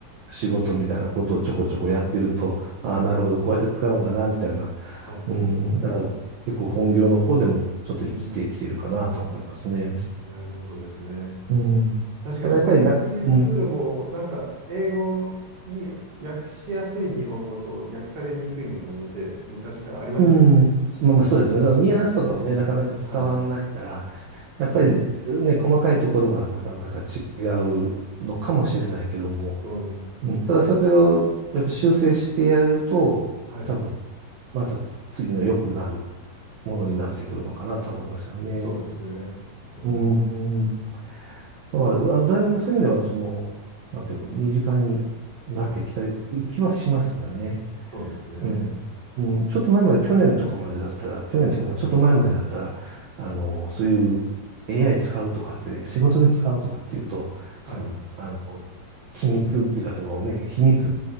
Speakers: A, on the right; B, on the right.
A: 仕事みたいなことをちょこちょこやってると、ああ、
B: はい、
A: なるほど、こうやって使うんだな、みたいな、
B: はい。う
A: うん、だから結構本業の方でもちょっと生きてきてるかなと思いますね。
B: ーん、なるほどですね。
A: うん、
B: 確かに翻訳、
A: ただやっぱりなんか、
B: 翻訳ツールも、
A: うん、
B: なんか、英語に訳しやすい日本語と訳されにくい日本語って昔からありましたよね。
A: うん、まあまあそうですよね。そのニュアンスとかはね、
B: はい、
A: なかなか伝わんないから、
B: はい、
A: やっぱりね、
B: うん、
A: 細かいところはなかなか違うのかもしれないけども、
B: うん、
A: うん、ただそれをやっぱ修正してやると、
B: はい、
A: 多分また次の良くなるものになってくるのかなと思いますよね。
B: そうですね。そうですね。うん
A: うん、うんだから、あの、だいぶそういう意味では、その、なんていうか、身近になってきたっていう気はしますよね。
B: はい、そうですね。
A: うん。
B: と、
A: うん、ちょっと前まで、去年とかまでだったら、去年というか、まあちょっと前までだったら、あの、そういう AI 使うとかって、仕事で使うとかっていうと、
B: はい、
A: その、あの、機密っていうか、そのね、秘密